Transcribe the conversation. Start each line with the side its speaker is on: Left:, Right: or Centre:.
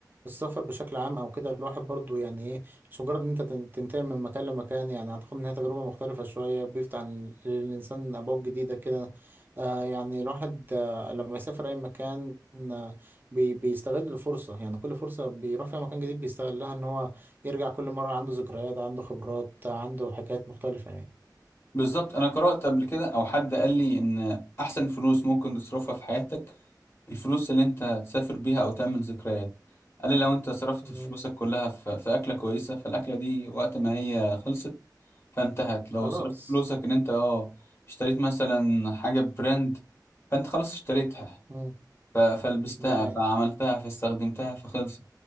Right: السفر بشكل عام أو كده الواحد برضه يعني إيه مش مجرد إن أنت تن- تنتقل من مكان لمكان يعني أعتقد إن هي تجربة مختلفة شوية بيفتح ال- للإنسان أبواب جديدة كده آه يعني الواحد آه لما يسافر أي مكان آه بي بيستغل الفرصة يعني كل فرصة بيروح فيها مكان جديد بيستغلها إن هو يرجع كل مرة عنده ذكريات عنده خبرات عنده حاجات مختلفة يعني
Left: بالظبط انا قرأت قبل كده او حد قال لي ان احسن فلوس ممكن تصرفها في حياتك الفلوس اللي انت تسافر بيها او تعمل ذكريات قال لي لو انت صرفت
Right: مم.
Left: فلوسك كلها في, في اكلة كويسة فالاكلة دي وقت ما هي خلصت فانتهت لو
Right: خلاص
Left: صرفت فلوسك ان انت اه اشتريت مثلا حاجة براند فانت خلاص اشتريتها
Right: مم.
Left: ف- فلبستها
Right: دي حقيقة
Left: فعملتها فاستخدمتها فخلصت